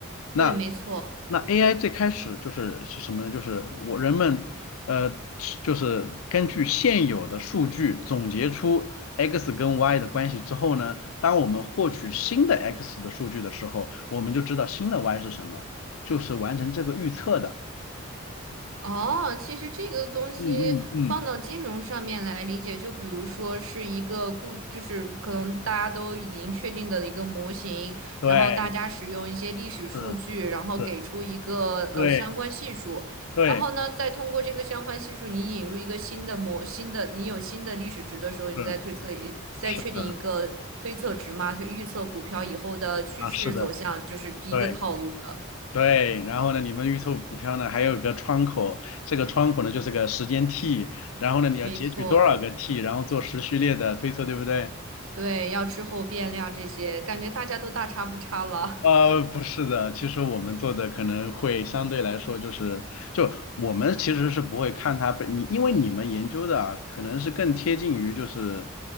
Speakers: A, on the left (about 80°); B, on the right (about 75°).
A: 那。
B: 对，没错。
A: 那 AI 最开始就是是什么呢？就是我人们呃是就是根据现有的数据总结出 x 跟 y 的关系之后呢，当我们获取新的 x 的数据的时候，我们就知道新的 y 是什么，就是完成这个预测的。
B: 哦，其实这个东西
A: 嗯嗯嗯，
B: 放到金融上面来理解，就比如说是一个固，就是可能大家都已经确定的一个模型，
A: 对，
B: 然后大家使用一些历史数据，
A: 是
B: 然后给出一个呃相关系数，
A: 是，对对
B: 然后呢，再通过这个相关系数，你引入一个新的模，新的你有新的历史值的时候，你再推测一，
A: 是
B: 再确定一个推测值嘛，
A: 是的
B: 推预测股票以后的趋势走向，
A: 啊，是的，
B: 就是一个套路的，
A: 对。对，然后呢，你们预测股票呢还有个窗口，这个窗口呢就是个时间 T，然后呢你要截取多少个
B: 没错。
A: T，然后做时序列的推测，对不对？
B: 对，要滞后变量这些，感觉大家都大差不差了。
A: 呃，不是的，其实我们做的可能会相对来说就是，就我们其实是不会看它本你，因为你们研究的啊，可能是更贴近于就是，